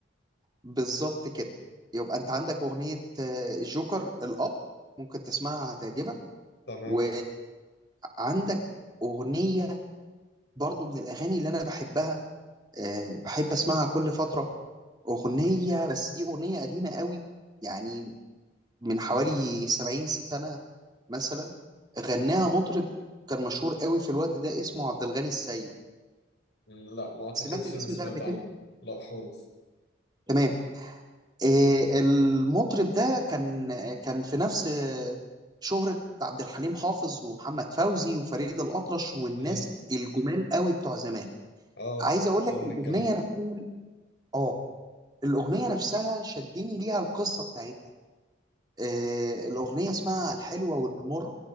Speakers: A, on the right; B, on the left.
A: بالظبط كده يبقى انت عندك اغنيه آه، جوكر الاب ممكن تسمعها هتعجبك
B: تمام
A: و عندك أغنية برضو من الأغاني اللي أنا بحبها أه بحب أسمعها كل فترة أغنية بس دي أغنية قديمة قوي يعني من حوالي 70 سنة مثلا غناها
B: م-
A: مطرب كان مشهور قوي في الوقت ده اسمه عبد الغني السيد
B: لا ما اعتقدش
A: سمعت الاسم
B: اني سمعت
A: ده قبل
B: عنه
A: كده
B: لا خالص
A: تمام آه المطرب ده كان كان في نفس آه، شهرة عبد الحليم حافظ ومحمد فوزي وفريد الأطرش والناس
B: امم
A: الجمال قوي بتوع زمان
B: اه
A: عايز اقول
B: الزمن
A: لك الاغنيه
B: الجميل
A: نفسها اه الاغنيه نفسها شدني ليها القصه بتاعتها آه الاغنيه اسمها الحلوه والمر